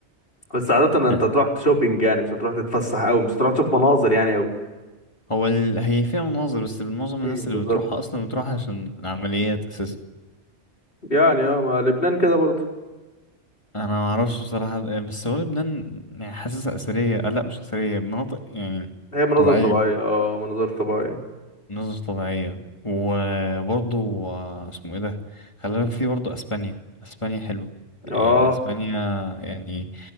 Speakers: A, on the left (about 55°); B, on the left (about 25°).
A: بس عادة أنت
B: لا.
A: تروح تشوبينج يعني مش هتروح تتفسح أوي مش هتروح تشوف مناظر يعني أوي
B: هو ال... هي فيها مناظر بس معظم الناس
A: مم. بالظبط
B: اللي بتروحها اصلا بتروح عشان العمليات اساسا
A: يعني اه ما لبنان كده برضه
B: انا ما اعرفش بصراحة بس هو لبنان يعني حاسسها اثرية آه، لا مش اثرية مناطق يعني
A: هي مناظر
B: طبيعية
A: طبيعية اه مناظر طبيعية
B: نظرة طبيعية وبرضو آه، اسمه ايه ده خلي بالك في برضو اسبانيا اسبانيا حلوة يعني
A: اه
B: اسبانيا يعني